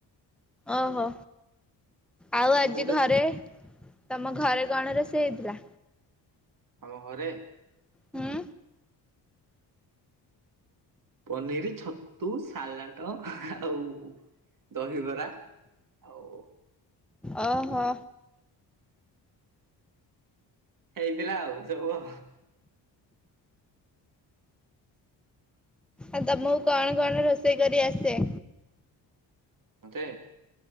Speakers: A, in the centre; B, on the right.
A: ଓ ହୋ। ଆଉ
B: ଆରେ
A: ଆଜି
B: ମୁଁ ଗୋଟେ
A: ଘରେ ତମ ଘରେ କଣ ରୋଷେଇ ହେଇଥିଲା?
B: ଆମ ଘରେ?
A: ହୁଁ
B: ପନିର ଛତୁ ସାଲାଟ୍ ଆଉ ଦହିବରା ଆଉ
A: ଓ ହୋ।
B: ହେଇଥିଲା ଆଉ ସବୁ ଆଉ।
A: ଆଉ ତମକୁ କଣ କଣ ରୋଷେଇ କରି ଆସେ?
B: ମତେ?